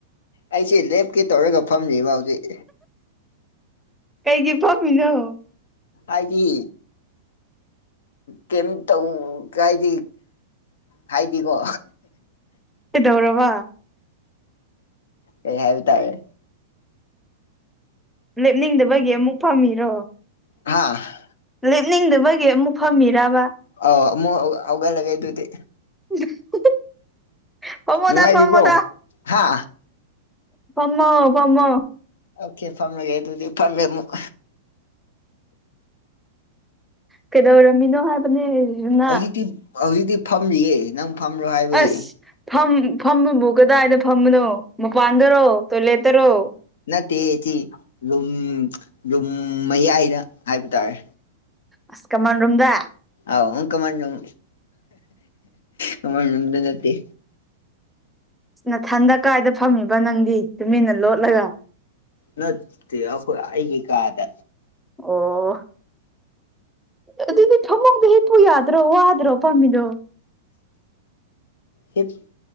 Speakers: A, on the left; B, in the centre.
A: ꯑꯩꯁꯦ ꯂꯦꯞꯀꯦ ꯇꯧꯔꯒ ꯐꯝꯃꯤꯕ ꯍꯧꯖꯤꯛ
B: ꯀꯩꯒꯤ ꯐꯝꯃꯤꯅꯣ
A: ꯑꯥꯏꯗꯤ ꯀꯩꯝ ꯇꯧ ꯀꯥꯏꯗꯤ ꯍꯥꯏꯗꯤꯀꯣ
B: ꯀꯩꯗꯧꯔꯕ
A: ꯀꯩ ꯍꯥꯏꯕ ꯇꯥꯏꯌꯦ
B: ꯂꯦꯞꯅꯤꯡꯗꯕꯒꯤ ꯑꯃꯨꯛ ꯐꯝꯃꯤꯔꯣ
A: ꯍꯥꯥ
B: ꯂꯦꯞꯅꯤꯡꯗꯕꯒꯤ ꯑꯃꯨꯛ ꯐꯝꯃꯤꯔꯕ
A: ꯑꯥꯎ ꯑꯃꯨꯛ ꯍꯧꯒꯠꯂꯒꯦ ꯑꯗꯨꯗꯤ
B: <unintelligible> ꯐꯝꯃꯣꯗ
A: ꯅꯨꯡꯉꯥꯏꯔꯤꯕ꯭ꯔꯣ
B: ꯐꯝꯃꯣꯗ
A: ꯍꯥ
B: ꯐꯝꯃꯣ ꯐꯝꯃꯣ
A: ꯑꯣꯀꯦ ꯐꯝꯔꯒꯦ ꯑꯗꯨꯗꯤ ꯐꯝꯃꯦ ꯑꯃꯨꯛ
B: ꯀꯩꯗꯧꯔꯝꯃꯤꯅꯣ ꯍꯥꯏ <unintelligible>
A: ꯍꯧꯖꯤꯛꯇꯤ ꯍꯧꯖꯤꯛꯇꯤ ꯐꯝꯔꯤꯌꯦ ꯅꯪ ꯐꯝꯔꯣ ꯍꯥꯏꯕꯒꯤ
B: ꯑꯁ ꯐꯝ ꯐꯝꯕꯕꯨ ꯀꯗꯥꯏꯗ ꯐꯝꯕꯅꯣ ꯃꯄꯥꯟꯗꯔꯣ ꯇꯣꯏꯂꯦꯠ ꯇꯔꯣ
A: ꯅꯠꯇꯦꯌꯦ ꯊꯤ ꯔꯨꯝ ꯔꯨꯝ ꯃꯌꯥꯏꯗ ꯍꯥꯏꯕ ꯇꯥꯔꯦ
B: ꯑꯁ ꯀꯃꯥꯟ ꯔꯨꯝꯗ
A: ꯑꯥꯎ ꯑꯪ ꯀꯃꯟ ꯔꯨꯝ ꯀꯃꯟ ꯔꯨꯝꯗ ꯅꯠꯇꯦ
B: ꯅꯊꯟꯗ ꯀꯥꯏꯗ ꯐꯝꯃꯤꯕ ꯅꯪꯗꯤ ꯇꯨꯃꯤꯟꯅ ꯂꯣꯠꯂꯒ
A: ꯅꯠꯇꯦ ꯑꯈꯣꯏ ꯑꯩꯒꯤ ꯀꯥꯗ
B: ꯑꯣ ꯑꯗꯨꯗꯤ ꯐꯃꯨꯡꯗ ꯍꯤꯞꯄꯨ ꯌꯥꯗ꯭ꯔꯣ ꯋꯥꯗ꯭ꯔꯣ ꯐꯝꯃꯤꯗꯣ <inaudible>
A: ꯍꯤꯞ